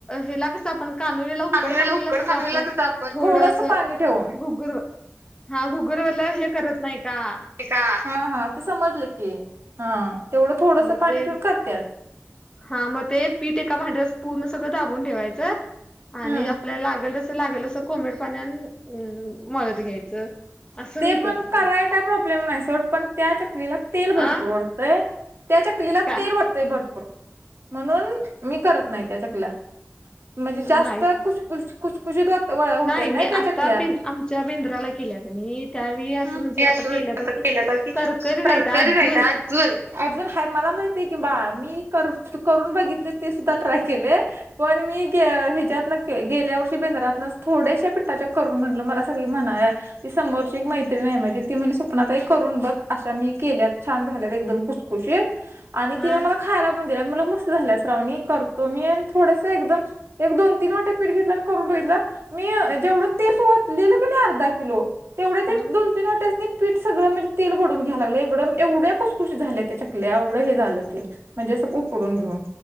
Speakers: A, on the left (about 20°); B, on the right (about 60°).
A: हेला कसं सं आपणं कानुलीला उकडं
B: कानोलीला
A: कानुलीला
B: उकड
A: कसं
B: कानोलीला
A: आपण थोडं
B: थोडस
A: असं
B: पाणी ठेवून
A: घुगुर हां घुगर वल्लं हे करत नाही का?
B: ते का हां हां ते समजलं की हां तेवढं थोडस
A: म
B: पाणी
A: ते
B: ठेवून करत्यास
A: हां म ते पीठ एका भांड्यावर असं पूर्ण सगळं दाबून ठेवायचं. आणि
B: हम्म
A: आपल्याला लागलं जसं लागलं असं कोमट पाण्याणं अ मळत घ्यायचं. असं
B: ते
A: मी
B: पण
A: करते
B: कराय काय प्रॉब्लेम नाय सोड पण त्या चकलीला तेल भरपूर
A: आ
B: ओढतयं. त्या चकलीला
A: का
B: तेल वढ तय भरपूर म्हणूनं, मी करत नाय त्या चकल्या म्हणजे जास्त
A: नाही
B: खुस खुस खुसखुशीत होत वळ्या होतात
A: नाही
B: नाय
A: मी
B: त्या
A: आता
B: चकल्या
A: बेन आमच्या बेंद्राला केल्या कनी त्यावेळी असं
B: हम्म.
A: म्हणजे,
B: ते
A: आता केल्याता
B: आता
A: की
B: पहिल्यापासून
A: करकरीत
B: तरकरीत
A: हाईत आजून
B: आहेत अजून. अजून हाय मला माहीती ये की, बाळं मी कर तु करून बघितले ते सुद्धा ट्राय केले पण मी गे हेज्यातनं गेल्या वर्षी बेंदरातनंच थोड्याशा पिठ्ठाच्या करून म्हणलं मला सगळी म्हणायं ते समोरची एक मैत्री हाय माझी. ती म्हणली स्वप्नाताई करून बघ. अशा मी केल्यात छानं झाल्यात एकदम. खुसखुशीत. आणि
A: हा
B: तिनं मला खायला पण दिल्या म्हणलं मस्तं झाल्या श्रावणी करतो. मी आणि थोडसं एकदम एक, दोन, तीन वाट्या पीठ घेतलं. आणि करून बघितलं मी जेवढं तेस ओतलेलं कनय अर्धा किलो तेवढ ते
A: हा
B: दोन, तीन वाट्यासनी पीठ सगळं म्हणजे तेल व वढून घ्याय लागलयं एकडम एवढ्या खुसखुशीत झाल्या त्या चकल्या एवढं हे झालं ते म्हणजे असं उकडून घेऊन.